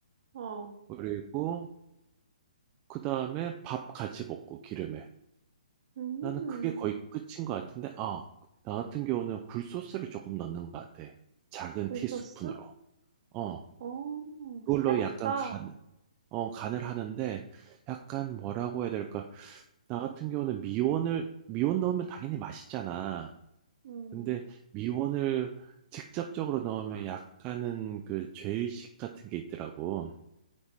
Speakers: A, on the right; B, on the right.
A: 어,
B: 그리고 그 다음에 밥 같이 볶고 기름에.
A: 음,
B: 나는 그게 거의 끝인 것 같은데, 아, 나 같은 경우는 굴소스를 조금 넣는 것 같아. 작은
A: 굴소스?
B: 티스푼으로. 어,
A: 어,
B: 그걸로
A: 새롭다.
B: 약간 간, 어, 간을 하는데, 약간 뭐라고 해야 될까? 나 같은 경우는 미원을, 미원 넣으면 당연히 맛있잖아.
A: 음,
B: 근데 미원을 직접적으로 넣으면 약간은 그 죄의식 같은 게 있더라고.